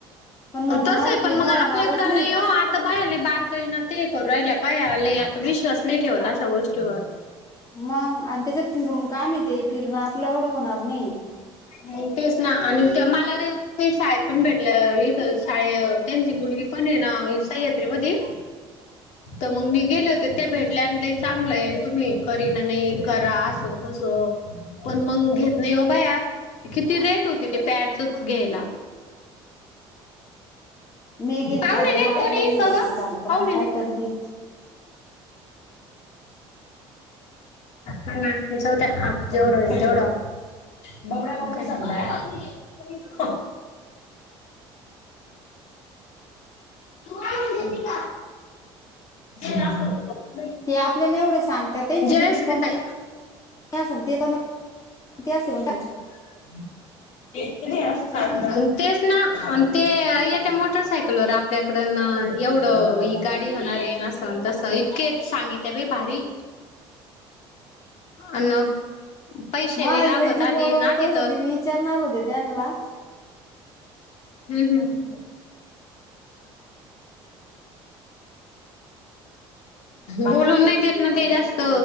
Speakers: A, on the left; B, on the left.
A: पण म्हणलं
B: तस
A: माझं
B: आहे पण
A: फिरणं
B: मग
A: होणारच
B: आपल्याकडं नाही हो आता बयालेय बारकई न ते करू राहिला बाया नाही आपण विश्वास नाही ठेवत अशा गोष्टीवर.
A: मग आणि त्याच्यात फिरून का मिळ ते फिरणं क्लवड होणार नाही
B: मग तेच ना आणि ते मला रे शाळेत पण भेटल्या, इथं शाळेत त्यांची मुलगी पण आहे ना सह्याद्री मधी तर मग मी गेले होते. त्या भेटल्यान चांगलं आहे तुम्ही करी ना नाही करा असं तसं पण मग घे नाही हो भया, किती रेट होती ते प्यारचचं घ्यायला.
A: मी घेतलं
B: पाहून ये
A: तर
B: नाही
A: मला
B: कोणी काग
A: झालं पण
B: पाहून
A: आता
B: ये
A: काय
B: ना.
A: करते
B: नाना जाउदे, जेवडं होईल तेवढं. बबड्या बघ कसा. <unintelligible> तू काय नेती का? <unintelligible>
A: ते आपल्याला एवढं सांगतात त्यांची
B: जय
A: किती
B: श्री
A: कमाई
B: ताई
A: किती असेन ते पण, किती असे म्हणती.
B: <unintelligible> तेच ना ते येत्या मोटरसायकलवर आपल्याकडन एवढं गाडी होणार आहे, अस अन तस इतके सांगिते आहे बाई भारी अन, पैसे
A: मला
B: नई लागत
A: जी ओळवळ
B: आधी ना
A: करत
B: दी
A: विचारणार होते त्यांला.
B: हम्म हम्म, बोलून नाही देत ना ते जास्त